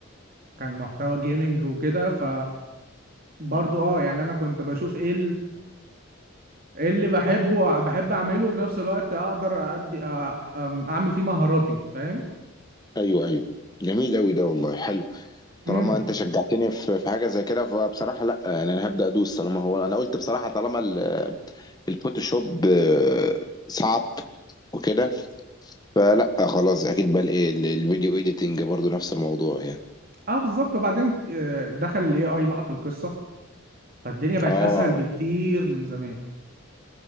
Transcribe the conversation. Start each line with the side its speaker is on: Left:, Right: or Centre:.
Right: كان محتوى جيمنج وكده ف برضو
Left: حلو
Right: اه يعني انا كنت بشوف ايه ايه اللي بحبه بحب اعمله وفي نفس الوقت اقدر ادي أ- أم- اعمل فيه مهاراتي فاهم
Left: ايوه ايوه جميل قوي ده والله حلو طالما
Right: امم
Left: انت شجعتني في في حاجه زي كده فبصراحه لا يعني انا هبدا ادوس طالما هو انا قلت بصراحه طالما ال- الفوتوشوب آه، صعب وكده فلا خلاص اكيد بقى الايه ال- الفيديو ايديتنج برضو نفس الموضوع يعني
Right: اه بالظبط وبعدين آه، دخل الاي اي بقى في القصه فالدنيا بقت
Left: اه
Right: اسهل بكتير من زمان